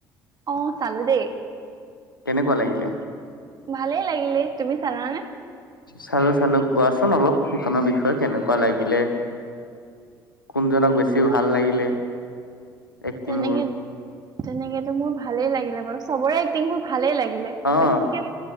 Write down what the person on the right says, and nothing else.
অ' চালো দেই।
ভালে লাগিলে তুমি চালানে?
তেনেকে তেনেকেতো মোৰ ভালেই লাগিলে বাৰু চবৰে এক্টিংবোৰ ভালেই লাগিলে।
বেছিকে